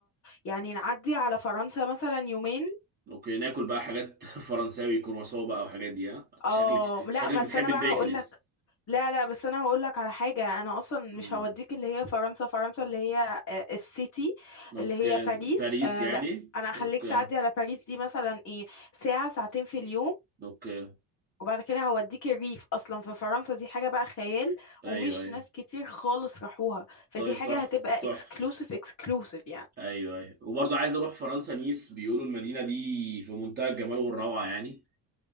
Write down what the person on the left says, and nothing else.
يعني نعدي على فرنسا مثلا يومين
اه
لا
بس
انا
بقى هقولك لا لا بس انا هقول لك على حاجه انا اصلا
مش هوديك اللي هي فرنسا فرنسا اللي هي آه، السيتي
اللي هي باريس
آه
لا انا هخليك
تعدي على باريس دي مثلا ايه ساعه ساعتين في اليوم
وبعد كده هوديك الريف اصلا في فرنسا دي حاجه بقى خيال
ومش
ناس كتير خالص راحوها فدي
حاجه
هتبقى
اكسكلوسيف اكسكلوسيف يعني